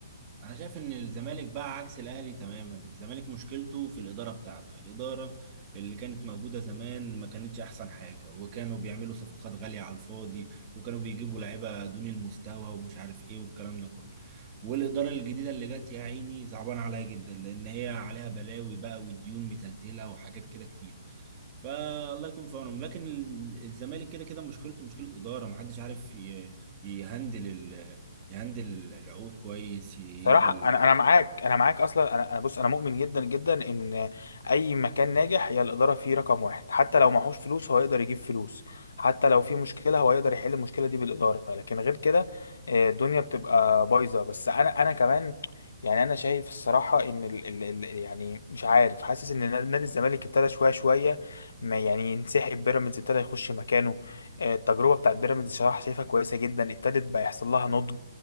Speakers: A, on the right; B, on the left.
A: انا شايف ان الزمالك بقى عكس الاهلي تماما الزمالك مشكلته في الاداره بتاعته الاداره اللي كانت موجوده زمان ما كانتش احسن حاجه وكانوا بيعملوا صفقات غاليه على الفاضي وكانوا بيجيبوا لعيبه دون المستوى ومش عارف ايه والكلام ده كله والاداره الجديده اللي جت يا عيني صعبان عليها جدا لان هي عليها بلاوي بقى وديون متلتله وحاجات كده كتير فالله يكون في عونهم لكن ال- الزمالك كده كده مشكلته مشكله اداره محدش عارف ي- يهندل يهندل العقود كويس يدوا
B: صراحة
A: ال...
B: أنا أنا معاك أنا معاك أصلا أنا أنا بص أنا مؤمن جدا جدا إن أي مكان ناجح هي الإدارة فيه رقم واحد حتى لو معهوش فلوس هو يقدر يجيب فلوس حتى لو في مشكلة هو يقدر يحل المشكلة دي بالإدارة لكن غير كده آه، الدنيا بتبقى بايظة بس أنا أنا كمان يعني أنا شايف الصراحة إن ال ال ال يعني مش عارف حاسس إن نا- نادي الزمالك ابتدى شوية شوية ما يعني ينسحب بيراميدز ابتدى يخش مكانه آه، التجربة بتاعت بيراميدز صراحة شايفها كويسة جدا ابتدت بقى يحصل لها نضج